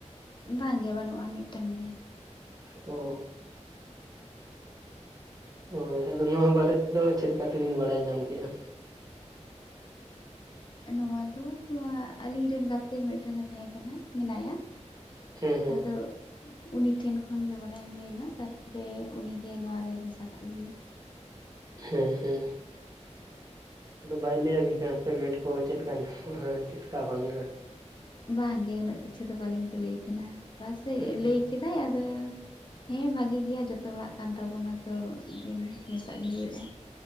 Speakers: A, on the left; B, on the right.
A: ᱵᱟᱝ ᱜᱮ ᱵᱟᱹᱱᱩᱜᱼᱟ ᱢᱤᱫᱴᱮᱱ ᱜᱮᱭᱟ᱾
B: ᱚ᱾ ᱦᱳᱭ, ᱟᱫᱚ ᱱᱚᱣᱟ ᱵᱟᱨᱮ ᱛᱮᱫᱚ ᱪᱮᱫᱞᱮᱠᱟ ᱛᱮᱵᱤᱱ ᱵᱟᱲᱟᱭ ᱧᱟᱢ ᱠᱮᱜᱼᱟ?
A: ᱱᱚᱣᱟ ᱫᱚ ᱟᱞᱤᱧᱨᱮᱱ ᱜᱟᱛᱮ ᱢᱤᱫᱴᱮᱱᱮ ᱛᱟᱦᱮᱸ ᱠᱟᱱᱟᱭ ᱢᱮᱱᱟᱭᱟ,
B: ᱦᱮᱸ ᱦᱮᱸ
A: ᱟᱫᱚ ᱩᱱᱤ ᱴᱷᱮᱱ ᱠᱷᱚᱱᱜᱮ ᱵᱟᱰᱟᱭ ᱦᱩᱭᱱᱟ ᱛᱟᱨᱯᱚᱨᱮ ᱩᱱᱤᱜᱮ ᱱᱚᱣᱟᱨᱮ ᱢᱮᱥᱟ ᱠᱟᱜ ᱞᱤᱧᱟᱹ᱾
B: ᱦᱮᱸ ᱦᱮᱸ᱾ ᱟᱫᱚ ᱵᱟᱭ ᱞᱟᱹᱭᱟᱵᱤᱱ ᱠᱟᱱᱟ ᱯᱮᱢᱮᱱᱴ ᱠᱚ ᱪᱮᱫ ᱞᱮᱠᱟ ᱧᱟᱢᱚᱜᱼᱟ ᱪᱮᱫ ᱞᱮᱠᱟ ᱵᱟᱝᱼᱟ?
A: ᱵᱟᱝᱜᱮ ᱩᱱᱟᱹᱜ ᱠᱤᱪᱷᱩ ᱫᱚ ᱵᱟᱹᱞᱤᱧ ᱠᱩᱞᱤᱭᱮ ᱠᱟᱱᱟ ᱵᱟᱥᱮ
B: ᱦᱮᱸ
A: ᱞᱮᱭ ᱠᱮᱫᱟᱭ ᱟᱫᱚ ᱦᱮᱸ ᱵᱷᱟᱜᱮ ᱜᱮᱭᱟ ᱡᱚᱛᱚ ᱦᱚᱲᱟᱜ ᱠᱟᱱ ᱛᱟᱵᱚᱱᱟ ᱛᱚ ᱫᱤᱱ ᱢᱮᱥᱟᱜ ᱜᱮ ᱦᱩᱭᱩᱜᱼᱟ᱾